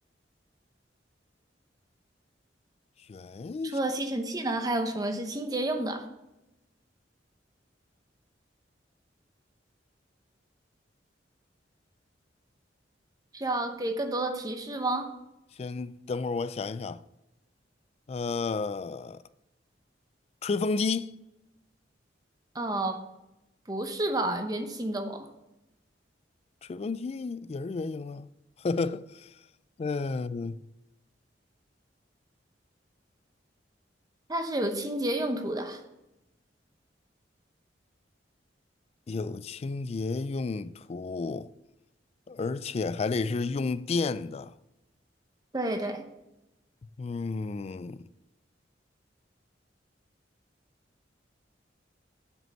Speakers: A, on the left; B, on the right.
A: 圆形
B: 除了吸尘器呢，还有什么是清洁用的？需要给更多的提示吗？
A: 先等会儿我想一想。呃，吹风机，
B: 呃，不是吧，圆形的哦，
A: 吹风机也是圆形的。<laughs> 嗯，
B: 它是有清洁用途的。
A: 有清洁用途，而且还得是用电的。
B: 对对，
A: 嗯，